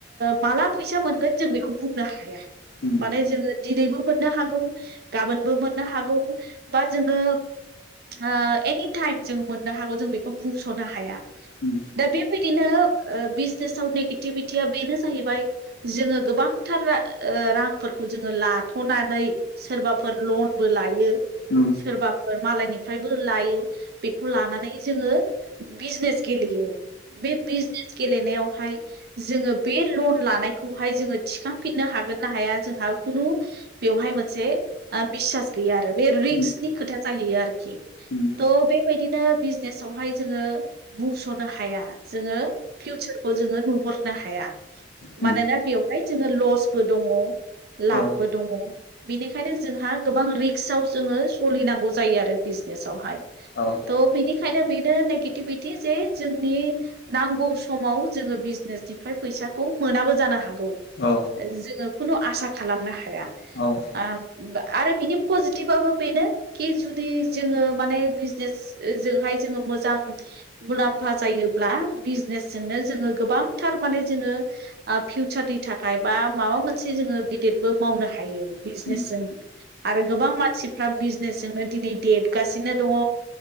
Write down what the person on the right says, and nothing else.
माला फैसा मोनगोन जों बेखौ बुंनो हाया
माने जोंङो दिनैबो मोननो हागौ गाबोनबो मोननो हागौ बा जोंङो ओ एनि टाइम जों मोननो हागौ जों बेखौ बुंसनो हाया।
दा बेबायदिनो बिजनेसाव नेगेटिभिटिया बेनो जाहैबाय जोंङो गोबांथा र रांफोरखौ जोंङो लाथनानै सोरबाफोर लनबो लायो।
सोरबाफोर मालायनिफ्रायबो लायो बेखौ लानानै जोंङो बिजनेस गेले यो। बे बिजनेस गेलेनायावहाय जोंङो बे लन लानायखौहाय जोंङो थिखांफिननो हा गोन ना हाया जोंहा खुनु बेवहाय मोनसे बिसास गैया आरो बे रिक्सनि
खोथा जाहैयो आरोखि
थह बेबायदिनो बिजनेसाव बेवहाय जोंङो बुंस'नो हाया जोंङो फिउचारखौ जोंङो नुहरनो हाया।
मानोना बेवहाय जोंङो लसबो दंङ लाबबो
दंङ बेनिखायनो जोंहा गोबां रिक्सआव जोंङो सोलिनांगौ जायो आरो बिजनेसावहाय
त बिनिखायनो बेनो नेगेटिभिटि जे जोंनि नांगौ समाव जोंङो बिजनेसनिफ्राय फैसाखौ मोनाबो जानो हागौ
जोंङो खुनु आसा खालामनो हाया
आ आरो बिनि पजिटिभाबो बेनो कि जुदि जोंङो माने बिजनेस ओजों हाय जोंङो मोजां मुलाम्फा जायोब्ला बिजिनेसजोंनो जोंङो गोबां थार माने जोंङो माने फिवसारनि थाखायबा माबा मोनसे जोंङो गेदेदबो मावनो हायो बिज
नेसजों आरो गोबां मानसिफ्रा बिजनेसजोंनो दिनै देरगासिनो दंङ